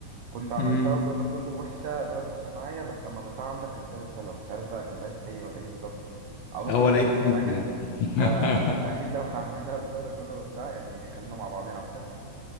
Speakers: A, on the right; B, on the left.
A: كنت عملتها
B: امم
A: والجو ده كله وحشة طلعت وحشة معايا بس لما عملتها عندك كانت طلعت حلوة مش عارف بقى كان العيب فيا ولا ايه بالظبط أو ممكن
B: هو
A: ما أكون
B: لعيب
A: نسيت
B: فيك
A: حاجة
B: يعني <laughs>
A: فأكيد لو <laughs> هعملها والجو ده كله وبتاع يعني خلينا مع بعضين أحسن يعني